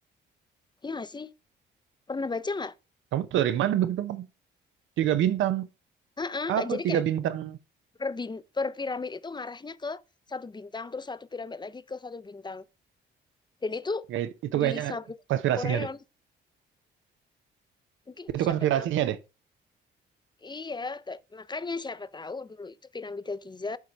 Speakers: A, on the left (about 20°); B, on the right (about 75°).
A: Iya nggak sih? Pernah baca nggak?
B: Kamu tuh dari mana begitu? Tiga bintang.
A: Heeh, Kak.
B: Apa
A: Jadi
B: tiga
A: kayak
B: bintang?
A: per, bin- per piramid itu ngarahnya ke satu bintang, terus satu piramid lagi ke satu bintang. Dan itu
B: Kayak itu
A: di
B: kayaknya
A: sabuk
B: konspirasinya
A: Orion,
B: deh.
A: mungkin
B: Itu
A: siapa
B: konspirasinya
A: tahu
B: deh.
A: Iya, ta- makanya siapa tahu dulu itu piramida Giza